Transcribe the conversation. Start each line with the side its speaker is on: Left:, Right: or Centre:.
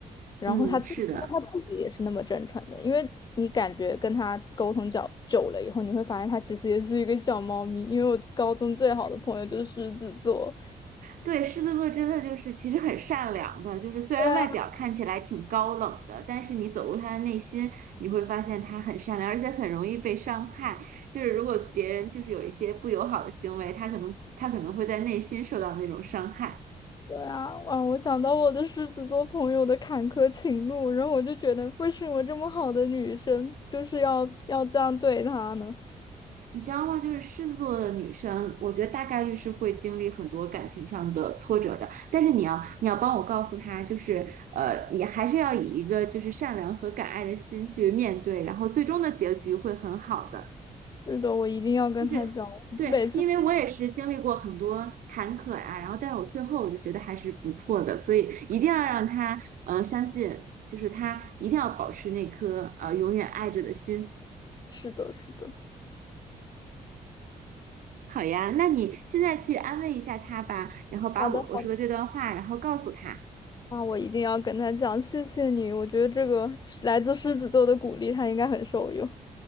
Left: 然后他自己因为他自己也是那么真诚的，
Right: 嗯，是的，
Left: 因为你感觉跟他沟通较久了以后，你会发现他其实也是一个小猫咪，因为我高中最好的朋友就是狮子座。
Right: 对，狮子座真的就是其实很善良的，就是虽然外表看起来挺高冷的，
Left: 对啊
Right: 但是你走入他的内心，你会发现他很善良，而且很容易被伤害。就是如果别人就是有一些不友好的行为，他可能他可能会在内心受到那种伤害。
Left: 对啊，哇！我想到我的狮子座朋友的坎坷情路，然后我就觉得，为什么这么好的女生就是要要这样对她呢？
Right: 你知道吗？就是狮子座的女生，我觉得大概率是会经历很多感情上的挫折的。但是你要，你要帮我告诉她，就是呃，你还是要以一个就是善良和敢爱的心去面对，然后最终的结局会很好的。
Left: 是的，我一定要跟她讲。
Right: 就是对，
Left: 每次
Right: 因为我也是经历过很多坎坷呀、然后但是我最后我就觉得还是不错的，所以一定要让她呃相信，就是她一定要保持那颗呃永远爱着的心。
Left: 是的，是的，
Right: 好呀，那你现在去安慰一下他吧，然后把我我说的这段话，
Left: 好的，好的，
Right: 然后告诉他。
Left: 那我一定要跟她讲，谢谢你。我觉得这个是来自狮子座的鼓励，她应该很受用。